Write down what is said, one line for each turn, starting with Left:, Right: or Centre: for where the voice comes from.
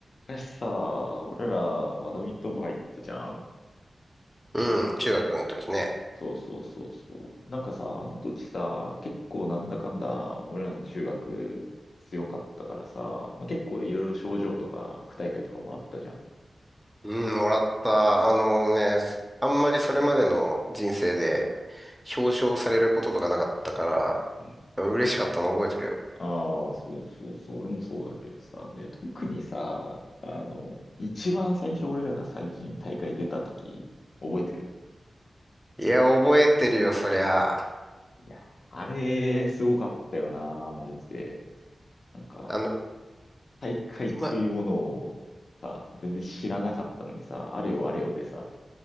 Left: 昔さ、俺らバドミントン部入ったじゃん。
Centre: うん、中学の時ね。
Left: そうそうそうそう。なんかさ、あの時さ、結構なんだかんだ俺らの中学強かったからさ、まあ、結構いろいろ賞状とか区大会とかもらったじゃん。
Centre: うん、もらった。あのね、あんまりそれまでの人生で表彰されることとかなかったか
Left: うん
Centre: ら、嬉しかったの覚えてるよ。
Left: ああ、そうそうそう。俺もそうだけどさ、ね、特にさ、あの、一番最初俺らが最初に大会出た時、覚えてる
Centre: いや、覚えてるよ、そりゃ。
Left: いや、あれ、すごかったよな、マジで。なんか、
Centre: あの、
Left: 大会というものをさ、
Centre: 今、
Left: 全然知らなかったのにさ、あれよあれよでさ、